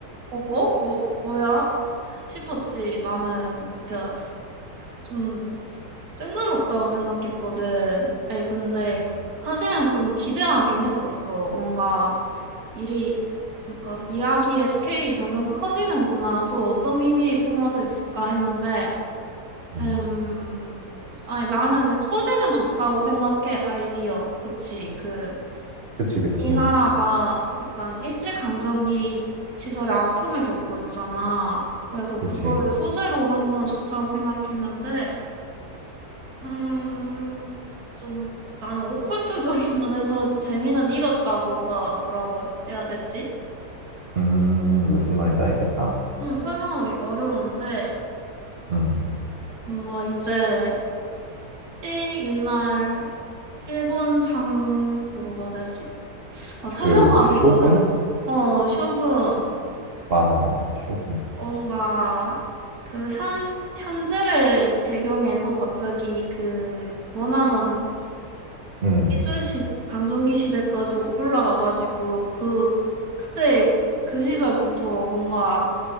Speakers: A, on the right; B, on the right.
A: 어, 뭐? 뭐, 뭐야? 싶었지. 나는 그때 좀 뜬금없다고 생각했거든. 아니, 근데
B: 음.
A: 사실은 좀 기대하긴 했었어. 뭔가 일이, 그러니까 이야기의 스케일이 점점 커지는구나. 또 어떤 비밀이 숨어져 있을까 했는데,
B: 음.
A: 음, 아니, 나는 소재는 좋다고 생각해, 아이디어. 그치. 그, 음,
B: 그치, 그치.
A: 우리나라가 약간 일제감정기 시절에 아픔을 겪고 있잖아. 그래서 그거를
B: 그치.
A: 소재로 한 거는 좋다고 생각했는데, 음, 좀 나는 오컬트적인 <laughs> 면에서 재미는 잃었다고 막 뭐라고 해야 되지?
B: 음, 무슨 말인지 알겠다.
A: 응, 설명하기가 어려운데,
B: 음.
A: 뭔가 이제, 일, 옛날, 일본 장, 뭐라고 해야 되지? 아, 설명하기가
B: 그 쇼군?
A: 어려워. 어, 쇼군.
B: 맞아, 맞아. 쇼군.
A: 뭔가, 그, 현, 현재를 배경해서 갑자기 그, 머나먼
B: 음.
A: 일제시 강점기 시대까지 올라가가지고 그 그때 그 시절부터 뭔가